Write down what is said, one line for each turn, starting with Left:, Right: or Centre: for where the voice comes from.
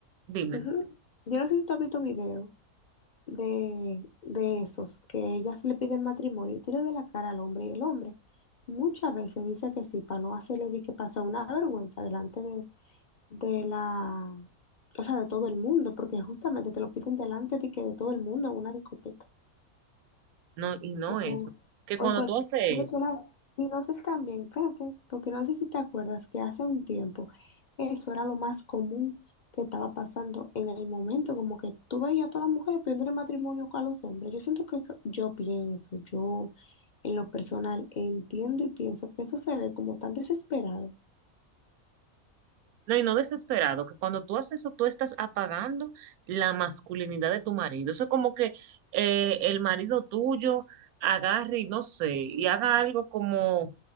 Right: dime.
Left: Ujú. Yo no sé si tú has visto videos de, de esos que ellas le piden matrimonio y tú le ves la cara al hombre y el hombre muchas veces dice que sí para no hacerle di que pasa una vergüenza delante de, de la, o sea, de todo el mundo, porque justamente te lo piden delante de que de todo el mundo en una discoteca
Right: No, y no
Left: o,
Right: eso, que
Left: o
Right: cuando
Left: en cualquier
Right: tú haces
Left: otro lado.
Right: eso,
Left: Y no sé si también, espérate, porque no sé si te acuerdas que hace un tiempo eso era lo más común que estaba pasando en el momento, como que tú veías a todas las mujeres pidiendo matrimonio con los hombres. Yo siento que eso, yo pienso, yo en lo personal entiendo y pienso que eso se ve como tan desesperado,
Right: no, y no desesperado, que cuando tú haces eso, tú estás apagando la masculinidad de tu marido. Eso es como que eh, el marido tuyo agarre y no sé, y haga algo como,